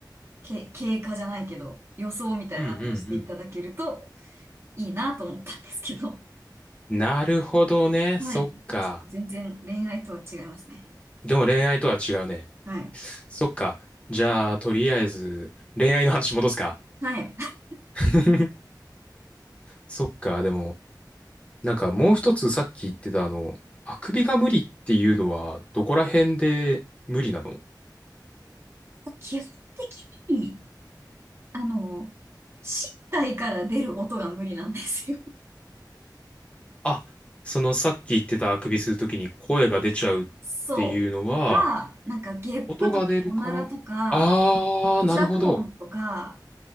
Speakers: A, on the right (about 35°); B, on the left (about 15°).
A: け、経過じゃないけど、予想みたいなのをしていただけると
B: うんうん
A: いいなと思ったんですけど、
B: うん。なるほどね。
A: <laughs> はい。
B: そっか。
A: ちょっと全然恋愛とは違いますね。
B: でも恋愛とは違うね。
A: はい。
B: <laughs> そっか。じゃあ、とりあえず、恋愛の話戻すか。
A: はい。<laughs>
B: <laughs> そっか。でも、なんかもう一つさっき言ってたあの、あくびが無理っていうのは、どこら辺で無理なの
A: 基本的に、あの、身体から出る音が無理なんですよ。<laughs>
B: あ、そのさっき言ってたあくびするときに声が出ちゃうっていうのは、
A: そう。とか、なんかゲップとかおならとか、
B: 音が出るから。あー、
A: 咀嚼音とか、
B: なるほど。